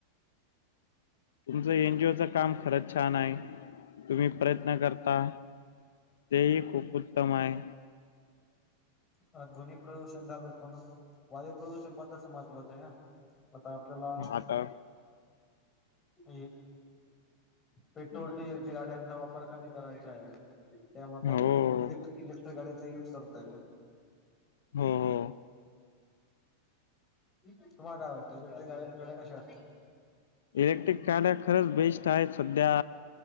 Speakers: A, on the left; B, on the left.
A: तुमचं एन जी ओ चं काम खरंच छान हाय. तुम्ही प्रयत्न करता तेही खूप उत्तम हाय.
B: हा ध्वनी प्रदूषण झालं पण वायु प्रदूषण पण तसं महत्त्वाचं आहे ना. आता आपल्याला
A: आता
B: ए पेट्रोल, डिझेलच्या गाड्यांचा वापर कमी करायचा आहे. त्यामुळ
A: हो,
B: आपण इलेक् इलेक्ट्रिक गाडीचा युज करतोय.
A: हो हो.
B: तुम्हाला काय वाटतंय तर ते गाड्या गाड्या कशा असतील.
A: इलेक्ट्रिक गाड्या खरंच बेस्ट आहेत सध्या